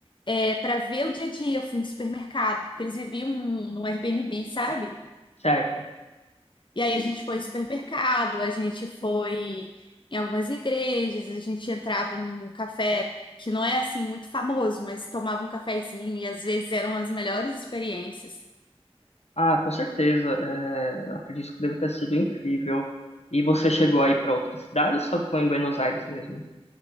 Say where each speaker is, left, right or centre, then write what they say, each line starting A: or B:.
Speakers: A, on the left (about 50°); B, on the left (about 80°).
A: É, para ver o dia a dia, eu fui em supermercado, porque eles viviam num num Airbnb, sabe?
B: Certo.
A: E aí a gente foi em supermercado, a gente foi em algumas igrejas, a gente entrava num café que não é assim muito famoso, mas tomava um cafezinho e às vezes eram as melhores experiências.
B: Ah, com certeza. É, eu acredito que deve ter sido incrível. E você chegou aí para outra cidade ou só ficou em Buenos Aires mesmo?